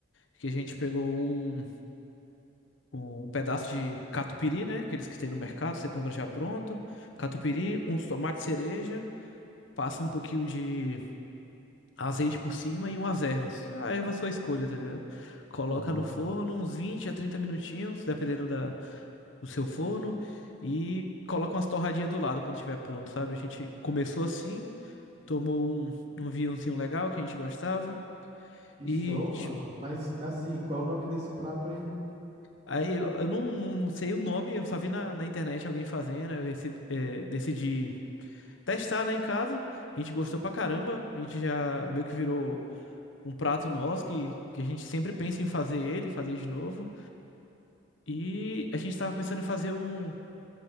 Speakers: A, on the left (about 75°); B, on the right (about 35°).
A: que a gente pegou um. um pedaço de catupiry, né? Aqueles que tem no mercado, você compra já pronto. Catupiry, uns tomates cereja, passa um pouquinho de azeite por cima e umas ervas. A erva é sua escolha, tá ligado? Coloca
B: Aham.
A: no forno uns 20 a 30 minutinhos, dependendo da, do seu forno, e coloca umas torradinhas do lado quando estiver pronto, sabe? A gente começou assim, tomou um, um vinhozinho legal que a gente gostava
B: Que
A: e
B: show, mano. Mas assim, qual é o nome desse prato aí?
A: Aí eu, eu não, não, não sei o nome, eu só vi na, na internet alguém fazendo, eu recebi, eh, decidi testar, né, em casa. A gente gostou pra caramba. A gente já meio que virou um prato nosso que, que a gente sempre pensa em fazer ele, fazer de novo. E a gente tava pensando em fazer um.